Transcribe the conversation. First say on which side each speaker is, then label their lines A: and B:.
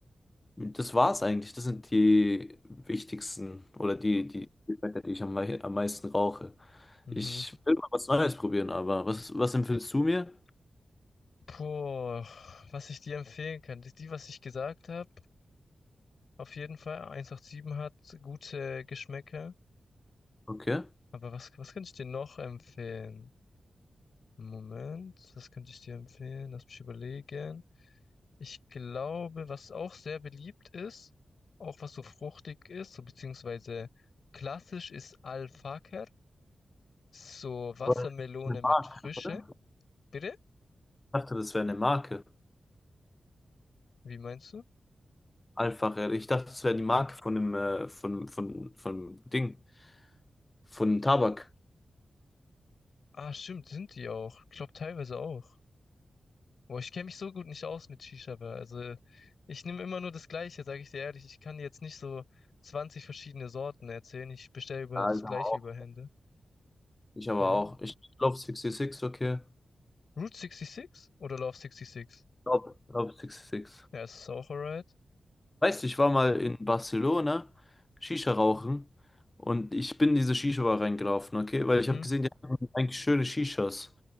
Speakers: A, on the left; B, on the left.
A: das war's eigentlich. Das sind die wichtigsten oder die, die, die Fette, die ich am, mei- am meisten rauche.
B: Mhm.
A: Ich will mal was Neues probieren, aber was, was empfiehlst du mir?
B: Puh, was ich dir empfehlen kann. Die, die, was ich gesagt habe, auf jeden Fall. 187 hat gute Geschmäcker.
A: Okay.
B: Aber was, was könnte ich dir noch empfehlen? Moment, was könnte ich dir empfehlen? Lass mich überlegen. Ich glaube, was auch sehr beliebt ist, auch was so fruchtig ist, so beziehungsweise klassisch ist Al-Fakr. Das ist So Wassermelone
A: Aber das ist eine Marke,
B: mit Frische.
A: oder?
B: Bitte?
A: Ich dachte, das wäre eine Marke.
B: Wie meinst du?
A: Einfach, äh, ich dachte, das wäre die Marke von dem, äh, von, von, von Ding, von Tabak.
B: Ah, stimmt, sind die auch. Ich glaube teilweise auch. Boah, ich kenne mich so gut nicht aus mit Shisha, Bar. also ich nehme immer nur das Gleiche, sage ich dir ehrlich. Ich kann dir jetzt nicht so 20 verschiedene Sorten erzählen. Ich bestelle über
A: Ja,
B: das
A: ich
B: Gleiche
A: aber auch.
B: über Hände.
A: Ich aber
B: Ja.
A: auch. Ich glaube 66, okay.
B: Route 66 oder Love 66?
A: Ich glaube 66.
B: Ja, es ist auch alright?
A: Weißt du, ich war mal in Barcelona Shisha rauchen und ich bin in diese Shisha-Bar reingelaufen, okay? Weil
B: Mhm,
A: ich habe gesehen, die haben eigentlich schöne Shishas.